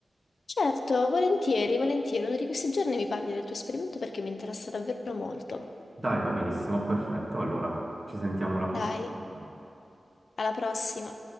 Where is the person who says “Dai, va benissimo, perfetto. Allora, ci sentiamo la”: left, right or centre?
Right